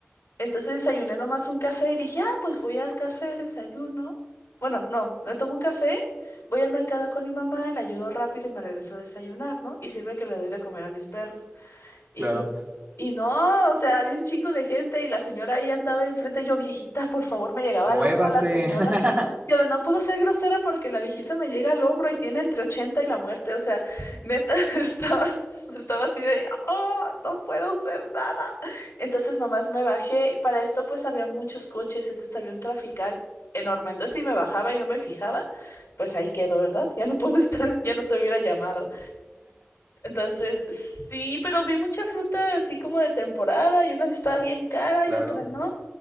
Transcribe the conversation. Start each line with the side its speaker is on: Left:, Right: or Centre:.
Left: Entonces desayuné nomás un café y dije, ah, pues voy al café, desayuno. Bueno, no, me tomo un café, voy al mercado con mi mamá, le ayudo rápido y me regreso a desayunar, ¿no? Y sirve que le doy de comer a mis perros. Y,
Right: claro.
Left: y no, o sea, había un chingo de gente y la señora ahí andaba enfrente. y Yo, viejita, por favor, me llegaba
Right: Muévase.
Left: al hombro la señora.
Right: <laughs>
Left: Yo de no puedo ser grosera porque la viejita me llega al hombro y tiene entre 80 y la muerte. O sea, neta, <laughs> estaba, estaba así de, oh, no puedo hacer nada. Entonces nomás me bajé. Para esto pues había muchos coches, entonces había un trafical enorme. Entonces si me bajaba y no me fijaba, pues ahí quedo, ¿verdad? Ya no puedo <laughs> estar, ya no te hubiera llamado. Entonces, sí, pero vi mucha fruta así como de temporada y una sí estaba bien cara
Right: Claro.
Left: y otra no.